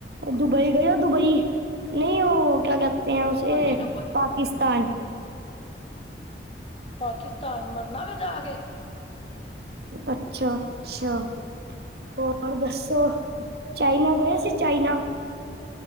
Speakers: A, on the right; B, on the left.
A: ਦੁਬਈ ਗਏ ਹੋ ਦੁਬਈ? ਨਹੀਂ ਉਹ ਕਿਆ ਕਹਿਤੇ ਹੈ ਉੇਸੇ
B: ਹਾਂਜੀ ਡੁੱਬਾ
A: ਪਾਕਿਸਤਾਨ।
B: ਪਾਕਿਸਤਾਨ ਮਰਨਾ ਵ ਜਾ ਕੇ।
A: ਅੱਛਾ -ਅੱਛਾ! ਹੋਰ ਦੱਸੋ ਚਾਈਨਾ ਗਏ ਸੀ ਚਾਈਨਾ?